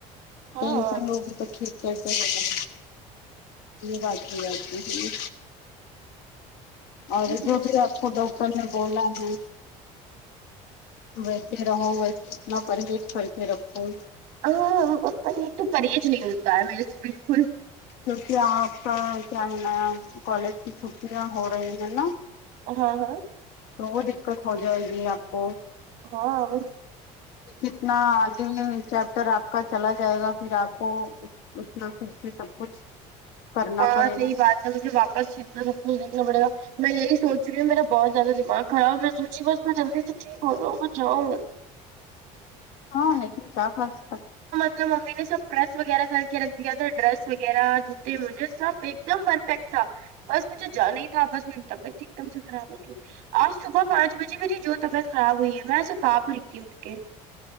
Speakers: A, on the right; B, on the left.
A: ہاں
B: ٹینشن ہوگی تو ٹھیک کیسے ہوگی یہ بات ہو جاتی اور
A: یہ سوچے
B: جو بھی آپ کو ڈاکٹر نے بولا ہے ویسے رہو ویسے اتنا پرہیش کر کے رکھو
A: ہاں یہ تو پرہز نہیں ہوتا ہے میرے سے بالکل
B: کیونکہ آپ کا کیا ہونا کالج کی چھٹیاں ہو رہی ہیں نا
A: ہاں ہاں
B: تو وہ دقت ہو جائے گی آپ کو
A: ہاں ا
B: کتنا آگے چیپٹر آپ کا چلا جائے گا پھر آپ کو اتنا پھر سے سب کچھ کرنا
A: ہاں
B: پڑے
A: صحی
B: گا
A: بات ہے مجھے واپس اتنا سب کچھ دیکھنا پڑے گا میں یہی سوچ رہی ہوں میرا بہت زیادہ دماغ خراب میں سوچی بس میں جلدی سے ٹھیک ہو جاوں میں جاؤں
B: ہاں ہے جس کا قد
A: اس میں ممی نے سب پریس وغیرہ کر کے رکھ دیا تھا ڈریس وغیرہ جوتے مجھے سب ایک دم پرفیکٹ تھا بس مجھے جانا ہی تھا بس میری طبیعت ہی ایک دم سے خراب ہوگی آج صبح پانچ بجے میری جو طبیعت خراب ہوئی ہے میں ایسے کاپ رہی تھی اٹھ کے